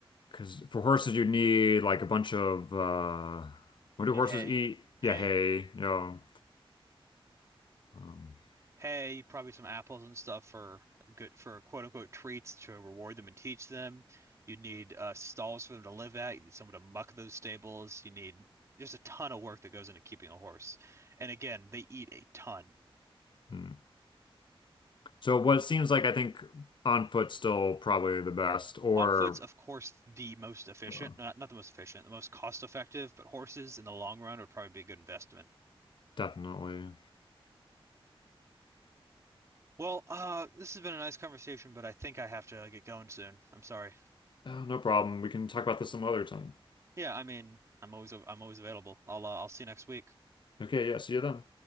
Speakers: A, on the left; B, on the right.
A: because for horses you need like a bunch of uh, what
B: You
A: do
B: need
A: horses
B: hay,
A: eat?
B: hay.
A: Yeah, hay. You know. Um,
B: Hey, probably some apples and stuff for good for quote unquote treats to reward them and teach them. You need uh, stalls for them to live at. You need someone to muck those stables. You need there's a ton of work that goes into keeping a horse. And again, they eat a ton.
A: hmm. So what seems like I think on foot still probably the best, or
B: On foot's, of course, the most efficient,
A: yeah,
B: not not the most efficient, the most cost effective, but horses in the long run would probably be a good investment.
A: definitely.
B: Well, uh, this has been a nice conversation, but I think I have to get going soon. I'm sorry.
A: Oh, no problem. We can talk about this some other time.
B: Yeah, I mean, I'm always I'm always available. I'll uh, I'll see you next week.
A: Okay. Yeah. See you then.